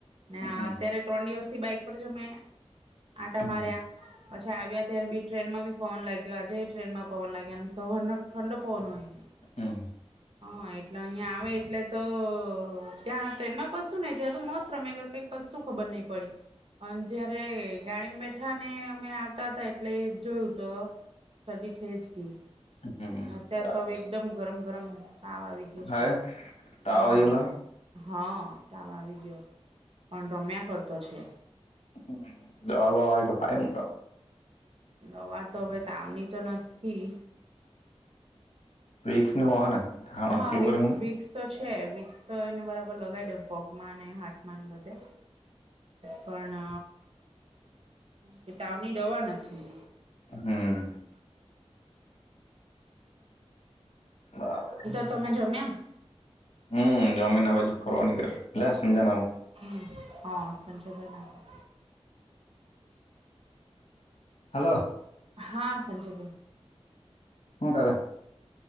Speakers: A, on the right; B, on the left.
A: ને
B: હમ
A: અત્યારે ત્રણ દિવસ થી બાઈક પર જ અમે આટા
B: હમ
A: માર્યા પછી. ત્યાં થી આવ્યા ત્યારે બી ટ્રેનમાંથી પવન લાગ્યો આજે ટ્રેનમાં પવન લાગ્યા અને સવારનો ઠંડો પવનો હોયં
B: હમ
A: હ એટલે અહિયાં આવે એટલે તો ત્યાં ટ્રેન ના કસુ નહીં ત્યાં તો મસ્ત રમે કંઈક કસુ ખબર નહી પડી અને જયારે ગાડી બેઠા મીઠાને અમે આવતા હતાા એટલે જોયું તો ઠડી થઈ જ ગઈ
B: હમ
A: અત્યારે
B: બરાબર
A: તો હવે એકદમ
B: છે
A: ગરમ ગરમ તાવ આવી ગયો છે.
B: હાય તાવ
A: હા
B: આવી ગયો
A: હા તાવ આવી ગયો પણ રમ્યા કરતો છે.
B: હ દવા બવા હો તો પાયદો તો
A: દવા તો હવે તાવ ની તો નથી.
B: રિક્સ નું વાહન ધાણ
A: હા
B: હલકલું
A: વીકસ
B: કરી મુને
A: વીક્સ તો છે. વિક્સ તો એને બરાબર લગાવી દઉ પગમાં અને હાથમાં બધે પણ કે તાવ ની દવા નથી
B: હમ બરાબર
A: તો તમે જમ્યા
B: હમ જમીના બાજુ ફરવાની કર લલેસ જામ
A: હમ હા સંજોતા ના
B: હાલો
A: હા સંજય ભાઈ
B: તર